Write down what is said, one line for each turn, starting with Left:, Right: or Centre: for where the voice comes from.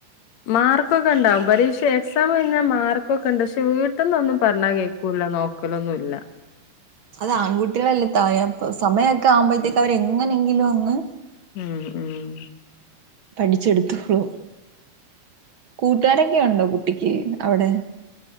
Left: മാർക്കൊക്കെ ണ്ടാവും. പരീക്ഷ എക്സാം കഴിഞ്ഞാ മാർക്കൊക്കെണ്ട്. പക്ഷെ വീട്ട് ന്ന് ഒന്നും പറഞ്ഞാ കേക്കൂല നോ ക്കലൊന്നുല്ല.
Right: അത് ആൺകുട്ടികളല്ലെ ഇത്തായെ അപ്പ സമയൊക്കെ ആവുമ്പഴ്ത്തേക്ക് അവർ എങ്ങനെങ്കിലും അങ്ങ്
Left: ഉം ഉം.
Right: പഠിച്ചെടുത്തോളും. കൂട്ടുകാരൊക്കെ ഉണ്ടോ കുട്ടിക്ക് അവിടെ?